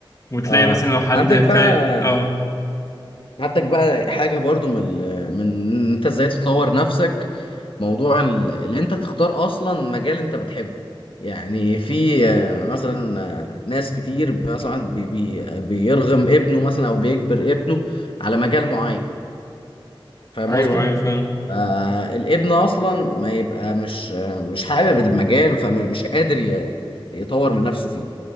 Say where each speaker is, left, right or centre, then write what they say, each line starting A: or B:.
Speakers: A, on the left (about 35°); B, on the left (about 70°).
A: وتلاقي
B: اه
A: مثلا لو حد
B: عندك بقى
A: فا اه
B: عندك بقى حاجه برضو من ال- من إن انت ازاي تطور نفسك موضوع ال- اللي انت تختار اصلا مجال انت بتحبه يعني في آه، مثلا آه، ناس كتير مثلا بي بي آه، بيرغم ابنه مثلا او بيجبر ابنه على مجال معين فاهم
A: ايوه
B: قصدي؟
A: ايوه فاهم
B: آه، الابن اصلا ما يبقى مش آه، مش حابب المجال فمش قادر ي- يطور من نفسه فيه